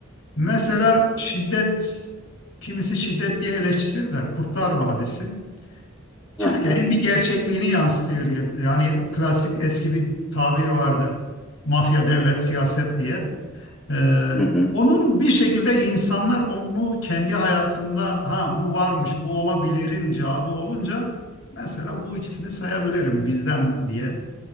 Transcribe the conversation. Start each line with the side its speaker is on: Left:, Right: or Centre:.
Left: Mesela şiddet, kimisi şiddet diye eleştirir de Kurtlar Vadisi. Türkiye'nin
Centre: hı hı,
Left: bir gerçekliğini yansıtıyor. Yani klasik eski bir tabir vardı. Mafya, devlet, siyaset diye. Ee,
Centre: hı hı,
Left: onun bir şekilde insanlar onu kendi hayatında ha bu varmış, bu olabilirin cevabı olunca mesela bu ikisini sayabilirim bizden diye